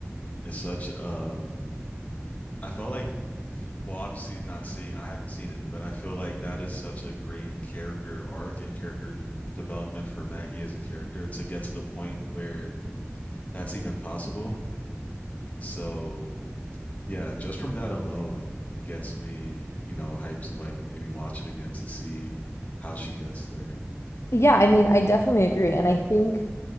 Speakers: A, on the left; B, on the left.
A: is such um I felt like well obviously not seeing I haven't seen it, but I feel like that is such a great character arc and character d- development for Maggie as a character to get to the point where that's even possible. So yeah, just from that alone, it gets me, you know, hyped to like maybe watch it again to see how she gets there.
B: Yeah, I mean, I definitely agree. And I think